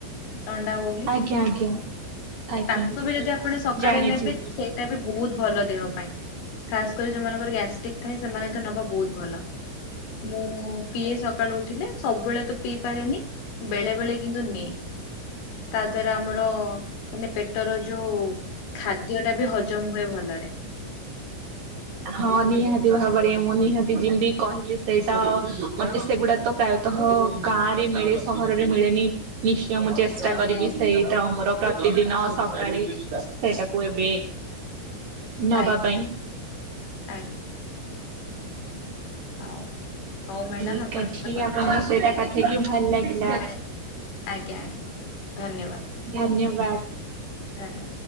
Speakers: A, on the left (about 70°); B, on the right (about 50°).
A: ଲଣ୍ଡା ବ ଲି
B: ଆଜ୍ଞା ଆଜ୍ଞା। ଆଜ୍ଞା
A: ତାକୁ ବି ଯଦି ଆପଣ ସକାଳେ
B: ଜାଣିଛି।
A: ନେବେ ସେଇଟା ବି ବହୁତ ଭଲ ଦେହ ପାଇଁ ଖାସ କରି ଯୋଉମାନଙ୍କର ଗ୍ୟାଷ୍ଟ୍ରିକ୍ ଥାଏ ସେମାନେ ତ ନବା ବହୁତ ଭଲ। ମୁଁ ପିଏ ସକାଳୁ ଉଠିଲେ ସବୁବେଳେ ତ ପିଇପାରେନି ବେଳେ ବେଳେ କିନ୍ତୁ ନିଏ ତା ଦ୍ଵାରା ଆମର ମାନେ ପେ ପେଟର ଯୋଉ ଖାଦ୍ୟ ଟା ବି ହଜମ ହୁଏ ଭଲରେ।
B: ହଁ ନିହାତି ଭାବରେ ମୁଁ ନିହାତି ଯେମିତି କହିଲି ସେଇତ ଅତି ସେଗୁଡା ତ ପ୍ରାୟତଃ ଗାଁରେ ମିଳେ ସହରରେ ମିଳେନି ନିଶ୍ଚୟ ମ୍ଚ୍ ଚେଷ୍ଟା
A: ଆଜ୍ଞା
B: କରିବି
A: ଆଜ୍ଞା
B: ସେଇଟା ଆମର ପ୍ରତିଦିନ ସକାଳେ ସେଇଟାକୁ ଏବେ ନବା
A: ଆଜ୍ଞା
B: ପାଇଁ।
A: ଆଗ୍ ହଉ ହଉ ମ୍ୟାଡାମ
B: ଠିକ
A: ଆପଣଙ୍କ
B: ଅଛି
A: ସହିତ କଥା
B: ଆଣଙ୍କ
A: ହେଇକି
B: ସହିତ କଥା ହେଇକିି ଭଲ ଲାଗିଲା।
A: ଆଜ୍ଞା ଆଜ୍ଞା ଧନ୍ୟବାଦ।
B: ଧନ୍ୟବାଦ।
A: ଧନ୍ୟ